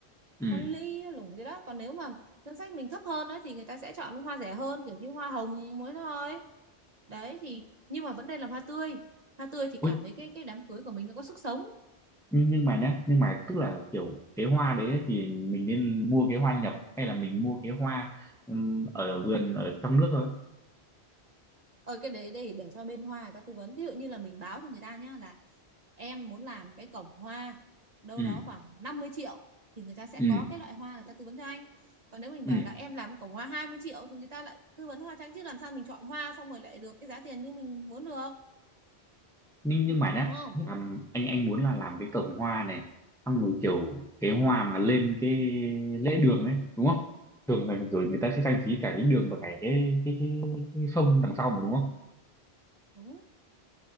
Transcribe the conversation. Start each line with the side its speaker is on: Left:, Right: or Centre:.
Centre: ừ
Right: hoa ly hoa lủng gì đó còn nếu mà ngân sách mình thấp hơn ấy thì người ta sẽ chọn những hoa rẻ hơn kiểu như hoa hồng mới thôi đấy thì nhưng mà vẫn nên làm hoa tươi hoa tươi thì cảm
Centre: Ui,
Right: thấy cái cái đám cưới của mình nó có sức sống
Centre: nhưng nhưng mà nhá nhưng mà tức là kiểu cái hoa đấy ấy, thì mình nên mua cái hoa nhập hay là mình mua cái hoa ừm, ở vườn ở trong nước thôi
Right: ờ cái đấy để để cho bên hoa người ta tư vấn ví dụ như là mình báo cho người ta nhá là em muốn làm cái cổng hoa đâu
Centre: ừ
Right: đó khoảng 50 triệu thì người ta sẽ
Centre: ừ
Right: có cái loại hoa người ta tư vấn cho anh còn nếu mình
Centre: ừ
Right: bảo là em làm cổng hoa 20 triệu thì người ta lại tư vấn hoa cho anh chứ làm sao mình chọn hoa xong rồi lại được cái giá tiền như mình muốn được
Centre: nhưng nhưng mà nhá
Right: đúng không
Centre: làm anh anh muốn là làm cái cổng hoa này xong rồi kiểu cái hoa mà lên cái lễ đường ấy đúng không thường là rồi người ta sẽ trang trí cả cái đường và cả cái cái cái, cái phông đằng sau mà đúng không
Right: đúng